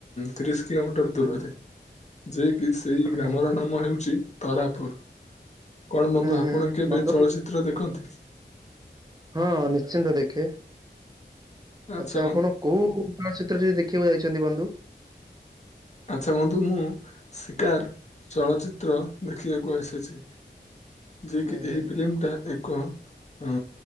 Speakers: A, on the left (about 40°); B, on the right (about 20°).
A: ତିରିଶ କିଲୋମିଟର ଦୂରରେ ଯେକିି ତେଇ
B: ହୁଁ
A: ଗ୍ରାମର ନାମ ହେଉଛି ତରାପୁର କଣ ବନ୍ଧୁ ଆପଣ
B: ହୁଁ
A: କେବେ
B: ବନ୍ଧୁ
A: ଚିତ୍ର ଦେଖନ୍ତି?
B: ହଁ ନିଶ୍ଚିନ୍ତ ଦେଖେ
A: ଆଚ୍ଛା
B: ଆଛା
A: ବନ୍ଧୁ
B: ଆପଣ କୋଉ ଚଳଚ୍ଚିତ୍ର ଟିଏ ଦେଖିବାକୁ ଯାଇଛନ୍ତି ବନ୍ଧୁ
A: ଆଚ୍ଛା ବନ୍ଧୁ ମୁଁ ଶିକାର ଚଳଚ୍ଚିତ୍ର ଦେଖିବାକୁ ଆସିଛି ଯେ
B: ହୁଁ
A: କି
B: ହୁଁ
A: ଏହି ଫିଲ୍ମ ଟା ଏକ ଉ